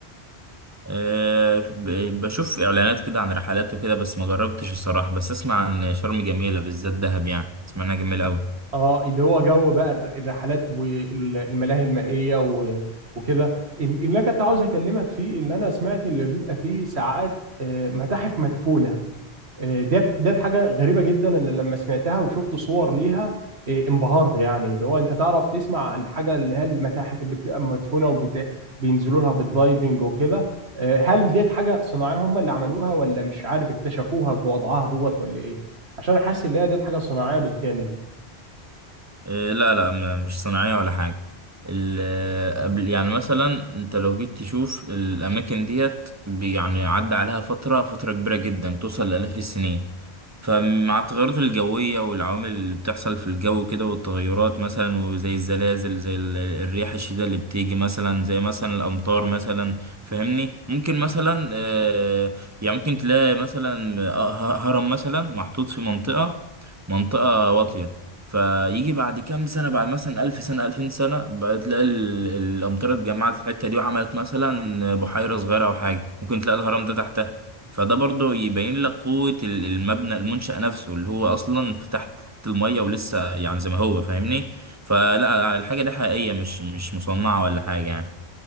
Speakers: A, on the right; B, on the right.
A: أه... ب... بشوف اعلانات كده عن رحلات وكده بس ما جربتش الصراحه بس اسمع عن شرم جميله بالذات دهب يعني اسمع انها جميله قوي
B: اه اللي هو جو بقى الر- الرحلات والملاهي المائية و- وكده ال- اللي انا كنت عاوز اكلمك فيه اللي انا سمعت اللي بيبقى فيه ساعات آه، متاحف مدفونة آه، ديت ديت حاجه غريبه جدا اللي لما سمعتها وشفت صور ليها آه، انبهرت يعني اللي هو انت تعرف تسمع عن حاجه اللي هي المتاحف اللي بتبقى مدفونه وبينزلوا لها بالدايفنج وكده آه، هل ديت حاجه صناعيه هم اللي عملوها ولا مش عارف اكتشفوها بوضعها دوت ولا ايه عشان حاسس ان هي ديت حاجه صناعيه بالكامل
A: إيه، لا لا م- مش صناعية ولا حاجة ال- آه، قبل يعني مثلا انت لو جيت تشوف الأماكن ديت بي- يعني عدى عليها فترة فترة كبيرة جدا توصل لآلاف السنين فمع التغيرات الجوية والعوامل اللي بتحصل في الجو كده والتغيرات مثلا وزي الزلازل زي ال- الرياح الشديدة اللي بتيجي مثلا زي مثلا الأمطار مثلا فاهمني ممكن مثلا آه، يعني ممكن تلاقي مثلا آه، هرم مثلا محطوط في منطقة منطقة واطية فيجي بعد كام سنة بعد مثلا ألف سنة ألفين سنة بقى تلاقي ال- الأمطار اتجمعت في الحتة دي وعملت مثلا بحيرة صغيرة أو حاجة ممكن تلاقي الهرم ده تحتها فده برضه يبين لك قوة ال- المبنى المنشأ نفسه اللي هو أصلا في تحت المية ولسه يعني زي ما هو فاهمني فلا الحاجة دي حقيقية مش مش مصنعة ولا حاجة يعني